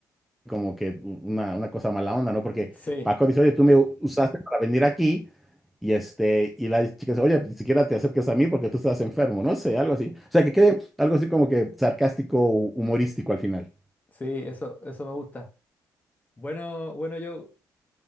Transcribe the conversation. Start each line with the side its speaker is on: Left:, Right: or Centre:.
Centre: como que u- una, una cosa mala onda, ¿no? Porque
Left: Sí,
Centre: Paco dice, oye, tú me u- usaste para venir aquí y este, y la chica dice, oye, ni siquiera te acerques a mí porque tú estás enfermo, no sé, algo así. O sea, que quede algo así como que sarcástico, humorístico al final.
Left: sí, eso, eso me gusta. Bueno, bueno, yo